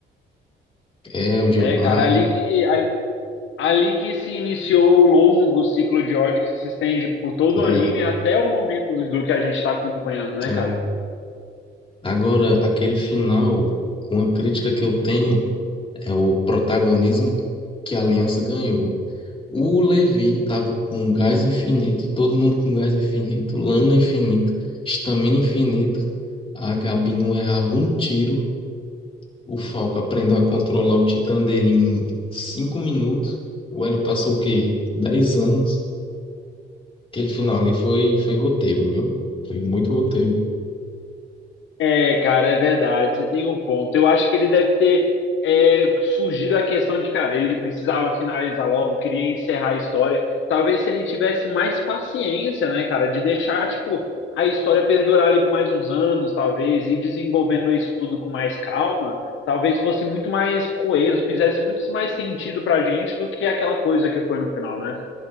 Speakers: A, on the left; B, on the left.
A: Eldil,
B: É,
A: Marley.
B: cara, ali que, a- ali que se iniciou o longo ciclo de ódio que se estende por todo
A: É,
B: o anime até o momento do, do que a gente está acompanhando, né,
A: é.
B: cara?
A: Agora, aquele final, uma crítica que eu tenho é o protagonismo que a Aliança ganhou. O Levi tava com gás infinito, todo mundo com gás infinito, lâmina infinita, estamina infinita. A Gabi não errava um tiro. O Falco aprendeu a controlar o Titã dele em cinco minutos. O Eren passou o quê? Dez anos. Aquele final ali foi, foi roteiro, viu? Foi muito roteiro.
B: É, cara, é verdade, você tem um ponto. Eu acho que ele deve ter é, surgido a questão de, cara, ele precisava finalizar logo, queria encerrar a história. Talvez se ele tivesse mais paciência, né, cara, de deixar, tipo, a história perdurar ali por mais uns anos, talvez, e desenvolvendo isso tudo com mais calma, talvez fosse muito mais coeso, fizesse muito mais sentido pra gente do que aquela coisa que foi no final, né?